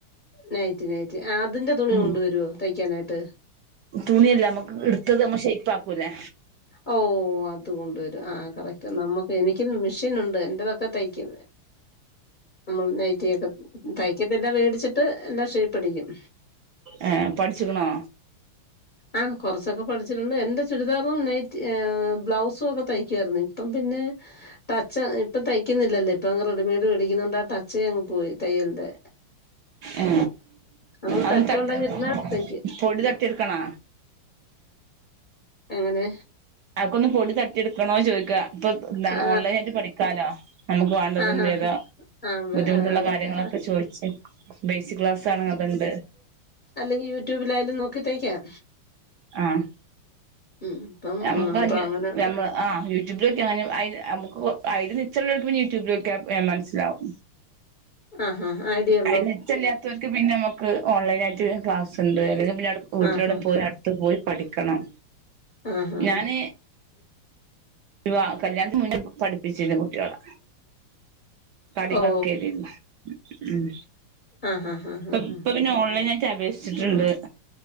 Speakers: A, on the left; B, on the right.
A: നൈറ്റി നൈറ്റി, ആ അതിന്റെ തുണി
B: ഉം
A: കൊണ്ട് വരുവോ? തയ്ക്കാനായിട്ട്.
B: തുണിയല്ല. നമ്മക്ക് എടുത്തത് നമ്മ ഷേയ്പ്പ് ആക്കൂലേ?.
A: ഓ അ ത് കൊണ്ടുവരും. ആ കറക്റ്റ് നമ്മുക്ക് എനിക്ക് മെഷീനുണ്ട്. എന്റെതൊക്കെ തയ്ക്കു നമ്മൾ നൈറ്റിയൊക്കെ, തയ്ക്കത്തിന്റെ വേടിച്ച് ട്ട്, എന്റെ ഷേയ്പ്പ് അടിക്കും.
B: ഏ പഠിച്ചിക്കണോ
A: ആ കുറച്ചൊക്കെ പഠിച്ചിട്ടുണ്ട്. എന്റെ ചുരിദാറും, നൈറ്റി ഏ ബ്ലൗസും, ഒക്കെ തയ്ക്കുവാരുന്നു. ഇപ്പം പിന്നെ ടച്ച്, ഇപ്പ തയ്ക്കുന്നില്ലല്ലേ. ഇപ്പൊ അങ്ങ് റെഡിമെയ്ഡ് മേടിക്കുന്നോണ്ട് ആ ടച്ചേ അങ്ങ് പോയി. തയ്യലിന്റെ
B: ഏ,
A: നമ്മൾ
B: അന്ന്
A: തച്ചോണ്ടങ്ങ്
B: തട്ട്,
A: ഇരുന്നാ തയ്ക്കും
B: പൊടി തട്ടിയെടുക്കണോ?
A: എങ്ങനെ?
B: അതൊക്കെന്ന് പൊടി തട്ടിയെടുക്കണോ ചോദിക്കാ.? ഇപ്പൊ എന്താണ്
A: ആ
B: ഓൺലൈൻ ആയിട്ട് പഠിക്കാലോ. നമുക്ക് വേണ്ടതും
A: ആഹാ
B: ഏതാ
A: ഹാ ആ
B: ബുദ്ധിമുട്ടുള്ള
A: ആ, അതൊക്കെ
B: കാര്യങ്ങളൊക്കെ ചോ ശേ ബേസിക് ക്ലാസ് ആണ് അത്ണ്ട്
A: അല്ലെങ്കി യൂട്യൂബിൽ ആയാലും നോക്കി തയ്ക്കാം.
B: ആഹ്
A: ഉം ഇപ്പം
B: നമുക്ക്
A: ആ, ഇപ്പം
B: അഞ്ഞ്
A: അങ്ങനെ
B: നമ്മൾ ആഹ് ട്യൂബ്യൂ നോക്കിയാഅയിൽ മുക്കു അയില് നിച്ചളോൽക്ക് യൂട്യൂബിലോക്കിയാ വേം മനസ്സിലാവും
A: അഹാ ഹാ ഐഡിയോ
B: അയില് നിച്ചല്ലാത്തോൽക്ക് പിന്നെ നമുക്ക് ഓൺലൈനായിട്ട് ക്ലാസ്ണ്ട് അല്ലെങ്കിൽ പിന്നെ വീട്ടിലൂടെ
A: ആഹാ
B: പോയി ത്ത് പോയി പഠിക്കണം
A: ആഹാ
B: ഞാന് വിവാ കല്യാണത്തിന് മുന്നേ പഠിപ്പിച്ചിരുന്നു കുട്ട്യാളെ <unintelligible>
A: ഓ
B: വർക്കെയ്തിരുന്നു ഉം
A: ആഹാ ഹാ ഹാ
B: ഇപ്പം
A: ഹാ
B: ഇപ്പ പിന്നെ ഓൺലൈൻനായിറ്റ് അപേക്ഷിച്ചിട്ട്ണ്ട്
A: ഹാ ആ